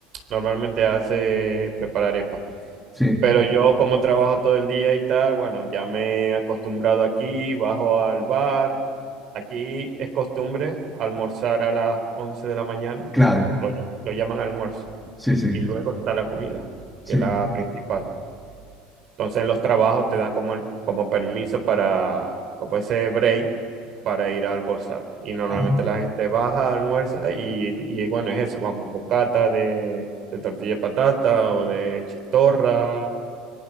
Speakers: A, on the right; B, in the centre.
A: normalmente hace preparar arepa.
B: sí,
A: Pero yo como trabajo todo el día y tal, bueno, ya me he acostumbrado aquí, bajo al bar. Aquí es costumbre almorzar a las 11 de la mañana,
B: claro,
A: lo, lo llaman almuerzo,
B: sí, sí,
A: y luego está la comida,
B: sí.
A: que es la principal. Entonces en los trabajos te dan como, el- como permiso para, como ese break para ir a almorzar. Y normalmente
B: Ajá,
A: la gente baja, almuerza y, y bueno, es eso, vamos, bocata de, de tortilla de patata o de chistorra